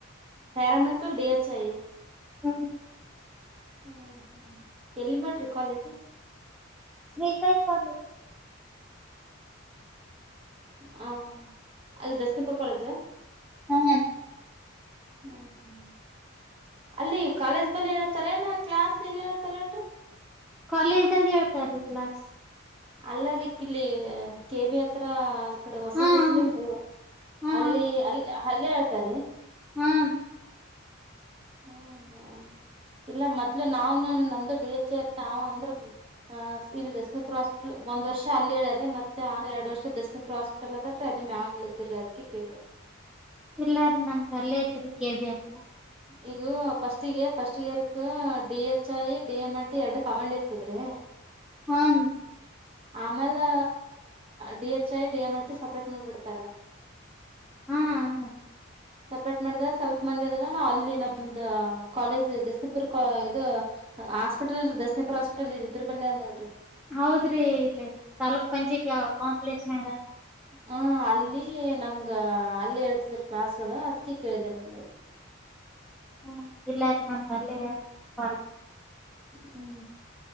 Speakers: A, on the right; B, in the centre.
A: paramedical D H I
B: ಹ್ಮ್
A: ಹ್ಮ್ ಹ್ಮ್ ಎಲ್ಲಿ ಮಾಡ್ರಿ ಕಾಲೇಜ್
B: ಶ್ರೀಸಾಯಿ ಕಾಲೇಜ
A: ಹ ಅಲ್ಲಿ ದಸನಿಪುರ್ ಕಾಲೇಜ
B: ಹ್ಮ
A: ಹ್ಞ ಹ ಅಲ್ಲಿ ಕಾಲೇಜ್ ಬಳಿ ಹೇಳ್ತಾರ ಏನ್ ಕ್ಲಾಸ್ ಎಲ್ಲಿ ಹೇಳ್ತಾರ ಹೇಳ್ರಿ.
B: ಕಾಲೇಜ್ ದಾಗ್ ಹೇಳ್ತಾರೀ ಕ್ಲಾಸ್
A: ಅಲ್ಲ ರೀ ಕಿಲ್ಲಿ ಕೆಬಿ ಹತ್ರ ಈ ಕಡ ಹೊಸ
B: ಹಾ
A: ತಸಲಿಲ್ರರಿ
B: ಹಾ ಹಾ
A: ಅಲ್ಲಿ ಅಲ್ಲಿ ಅಲ್ಲೇ ಹೇಳ್ತಾರಿ
B: ಹ್ಮ
A: ಹ್ಮ್ ಹ್ಮ ಇಲ್ಲ ಮೊದ್ಲು ನಾವ್ನು ನಂದು ಡಿ ಎಚ್ ಎ ನಾವು ಅಂದ್ರ ಆ ಇಲ್ಲಿ ದಸನೀಪುರ ಹಾಸ್ಪಿಟಲ್ ಒಂದ ವರ್ಷ ಅಲ್ಲಿ ಹೇಳ್ಯಾರ್ ರಿ ಮತ್ತೆ ಎರಡು ವರ್ಷ ದಸನೀಪುರ ಹಾಸ್ಪಿಟಲ್. ಅದ ಅಲ್ಲರಿ ಅಲ್ಲಿ ಮ್ಯಾಗ ಹೇಳಿದ್ರರಿ ಅದಕ್ಕೆ ಕೇಳದೆ.
B: ಇಲ್ಲಾರಿ ನಮ್ದ ಅಲ್ಲೇ ಐತಿರಿ ಕೆಬಿ ಹತ್ರ
A: ಈಗು ಫಸ್ಟ್ಗ ಫಸ್ಟ್ ಇಯರ್ಕ್ D H I D M R T ಎರಡು ಕಮಾಂಡ್ ಇರ್ತದ್ರೀ
B: ಹ್ಮನ್ರಿ
A: ಆಮೇಲೆ D H I D M L T separate ಮಾಡಿ ಬಿಡ್ತಾರ
B: ಹ್ಮ
A: ಸಪ್ರೇಟ್ ಮಾಡಿದಾಗ ಸ್ವಲ್ಪ ಮಂದಿ ಆದಾಗ ನಾವು ಅಲ್ಲಿ ನಮ್ದ ಕಾಲೇಜ್ ದಸನಿಪುರ್ ಗ ಇದು ಹಾಸ್ಪಿಟಲ್ ರಿ ದಸನಿಪರ ಹಾಸ್ಪಿಟಲ್ ಇದರ ಬಲ್ಲೆ ಅದ ನೋಡ್ರಿ
B: ಹೌದ್ರಿ ಇಲ್ಲಿ ತಾಲೂಕ್ ಪಂಚಾಯತಿ ಕಾಂಪ್ಲೆಕ್ಸನಾಗ್
A: ಹ್ಮ್ ಅಲ್ಲಿ ನಮ್ಗ ಅಲ್ಲೇ ಹೇಳ್ತಿದ್ರ ಕ್ಲಾಸ್ ಗಳು ಅದ್ಕಿ ಕೇಳಿದೆ ನಿಮ್ಗೆ
B: ಹ್ಮ್ ಇಲ್ಲ ನಮ್ ಅಲ್ಲೇ <unintelligible>
A: ಹೂ.